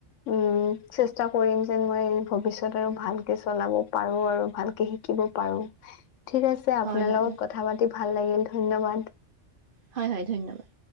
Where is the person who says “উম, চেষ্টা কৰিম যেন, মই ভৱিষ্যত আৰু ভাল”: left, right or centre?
Left